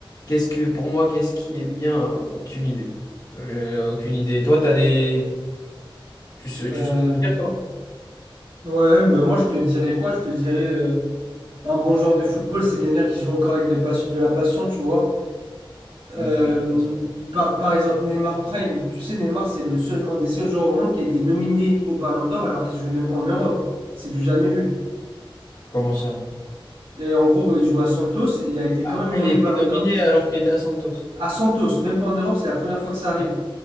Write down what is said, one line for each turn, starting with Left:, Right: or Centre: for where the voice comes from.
Left: qu'est-ce que pour moi, qu'est-ce qui est bien? hein Aucune idée. Euh, aucune idée. Toi, t'as des. Tu sais,
Right: Euh,
Left: tu sais dire quoi?
Right: Ouais, bah moi je te dirais quoi? Je te dirais euh, un bon joueur de football, c'est quelqu'un qui joue encore avec de, pas- de la passion, tu vois.
Left: Comment
Right: Euh,
Left: ça?
Right: par, par exemple, Neymar Prime, tu sais, Neymar, c'est le seul, un des seuls joueurs au monde qui a été nominé au Ballon d'Or alors qu'il jouait même pas en Europe. C'est du jamais vu.
Left: Comment ça?
Right: Et en gros, il joue à Santos, et il a été
Left: Ah,
Right: quand même nommé
Left: il a été
Right: Ballon
Left: nominé
Right: d'Or
Left: alors qu'il était à Santos.
Right: à Santos, même pas en Europe, c'est la première fois que ça arrive.
Left: Ouais,